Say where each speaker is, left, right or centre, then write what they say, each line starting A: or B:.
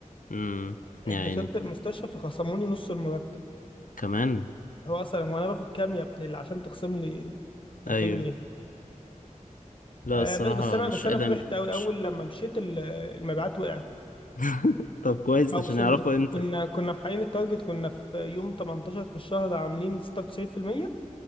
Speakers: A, on the left; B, on the left.
A: امم
B: يعني
A: يعني
B: دخلت المستشفى فخصموني نص المرتب
A: كمان
B: هو اصلا هو انا باخد كام يا ابن اللي عشان تخصم لي 2000
A: ايوه
B: جنيه
A: لا
B: آه
A: الصراحة
B: ب- بس انا
A: مش
B: بس
A: ادم
B: انا فرحت قوي
A: مش
B: اول لما مشيت ال- المبيعات وقعت
A: <laughs> طب كويس
B: اقسم
A: عشان يعرفوا
B: بالله
A: قيمتك
B: كنا كنا محققين التارجت كنا في يوم 18 في الشهر عاملين 96%